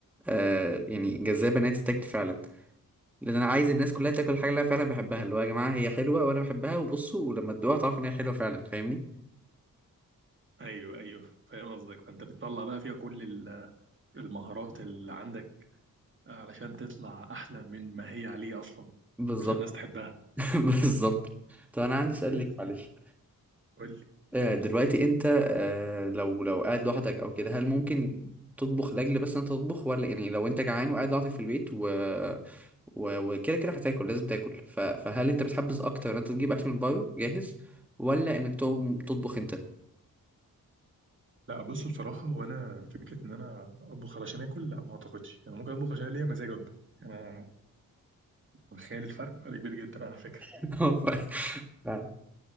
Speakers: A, in the centre; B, on the right.
A: آه، يعني جذابه ان هي تتاكل فعلا لان انا عايز الناس كلها تاكل الحاجه اللي انا فعلا بحبها اللي هو يا جماعه هي حلوه وانا بحبها وبصوا ولما تدوقها تعرفوا ان هي حلوه فعلا فاهمني
B: ايوه ايوه فاهم قصدك فانت بتطلع بقى فيها كل ال- المهارات اللي عندك علشان تطلع احلى من ما هي عليه اصلا
A: بالظبط
B: عشان الناس تحبها
A: <laughs> بالظبط طب انا عندي سؤال
B: يس
A: ليك معلش
B: قول لي
A: آه، دلوقتي انت آه، لو لو قاعد لوحدك او كده هل ممكن تطبخ لاجل بس انت تطبخ ولا يعني لو انت جعان وقاعد لوحدك في البيت و و- وكده كده هتاكل لازم تاكل ف... فهل انت بتحبذ اكتر ان انت تجيب اكل من بره جاهز ولا انك تقوم تطبخ انت
B: لا بص بصراحة هو أنا فكرة إن أنا أطبخ علشان آكل لا ما أعتقدش يعني ممكن أطبخ عشان ليا مزاج أطبخ أنا متخيل الفرق فرق كبير جدا على فكرة
A: <laughs> ف... فعلا،